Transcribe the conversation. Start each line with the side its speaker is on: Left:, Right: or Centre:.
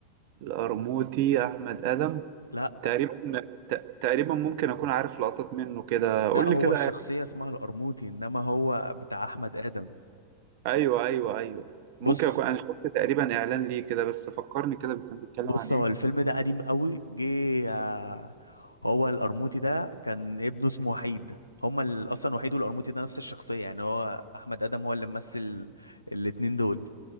Right: القرموطي احمد ادم
Left: لا
Right: تقريبا ت- تقريبا ممكن اكون عارف لقطات منه كده قول
Left: لا هو
Right: لي كده
Left: الشخصية اسمها القرموطي انما هو بتاع احمد ادم
Right: ايوه ايوه ايوه
Left: بص
Right: ممكن اكون انا شفت تقريبا اعلان ليه كده بس فكرني كده كان بيتكلم
Left: بص
Right: عن ايه
Left: هو الفيلم ده قديم قوي جه آه، هو القرموطي ده كان ابنه اسمه وحيد هما ال- اصلا وحيد والقرموطي ده نفس الشخصية يعني هو احمد ادم هو اللي ممثل الاتنين دول